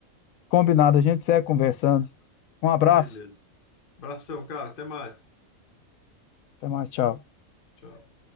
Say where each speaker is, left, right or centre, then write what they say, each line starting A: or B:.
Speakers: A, on the left; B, on the left.
A: Combinado, a gente segue conversando. Um abraço.
B: Beleza. Abração, cara. Até mais.
A: Até mais, tchau.
B: Tchau.